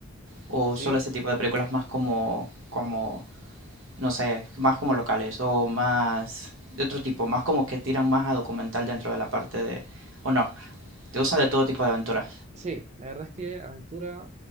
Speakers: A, on the right (about 70°); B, on the right (about 35°).
A: o
B: ¿Sí?
A: solo este tipo de películas más como, como, no sé, más como locales o más de otro tipo, más como que tiran más a documental dentro de la parte de, o no, ¿te gustan de todo tipo de aventuras?
B: Sí, la verdad es que aventura